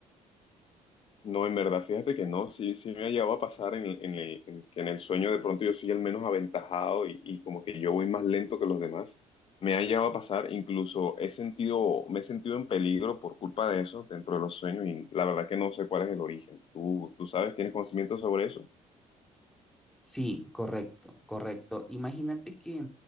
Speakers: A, on the left; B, in the centre.
A: No, en verdad, fíjate que no, sí, sí me ha llegado a pasar en, en el, en que en el sueño de pronto yo soy el menos aventajado y, y como que yo voy más lento que los demás. Me ha llegado a pasar, incluso he sentido, me he sentido en peligro por culpa de eso dentro de los sueños y la verdad que no sé cuál es el origen. ¿Tú, tú sabes, tienes conocimiento sobre eso?
B: Sí, correcto, correcto. Imagínate que,